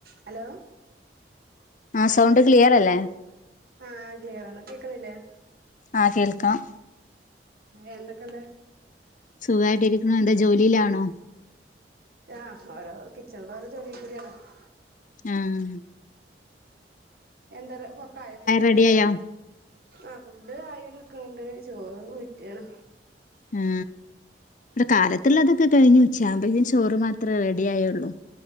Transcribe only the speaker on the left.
ആഹ് sound clear അല്ലേ
ആഹ് കേൾക്കാം
സുഗമായിട്ടിരിക്കുന്നു എന്താ ജോലിയിലാണോ
ആഹ്
റെഡിയായോ
ഉം കാലത്തുള്ളതൊക്കെ കഴിഞ്ഞു ഉച്ച ആവുമ്പഴതെന്ന് ചോറ് മാത്രമേ റെഡി ആയുള്ളൂ